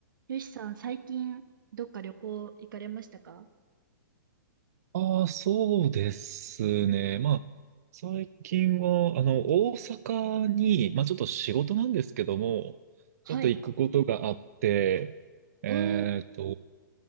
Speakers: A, on the right; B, on the right.
A: よしさん、最近、どっか旅行行かれましたか
B: ああ、そうですね。まあ、最近は、あの、大阪に、まあ、ちょっと仕事なんですけども、
A: はい。
B: ちょっと行くことがあって、えっと、
A: おー、